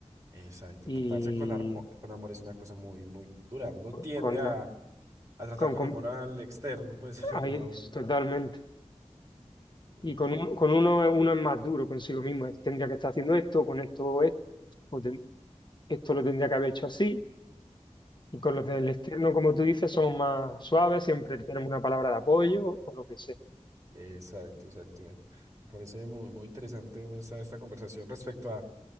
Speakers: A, on the right; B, on the left.
A: exacto.
B: Y
A: Tratarse con, armo- con amor es una cosa muy, muy dura. Uno tiende
B: con,
A: a, a tratar
B: con,
A: con
B: con-
A: amor al externo, pues, <laughs>
B: ahí
A: pero a
B: es,
A: uno.
B: totalmente.
A: Muy,
B: Y
A: fu-
B: con,
A: muy,
B: un-
A: full.
B: con uno, uno es más duro consigo mismo, es, tendría que estar haciendo esto, con esto esto, o ten- esto lo tendría que haber hecho así. Y con los del externo, como tú dices, somos más suaves, siempre tenemos una palabra de apoyo o lo que sea.
A: Exacto, exacto. Me me parece muy, muy interesante como esta, esta conversación respecto a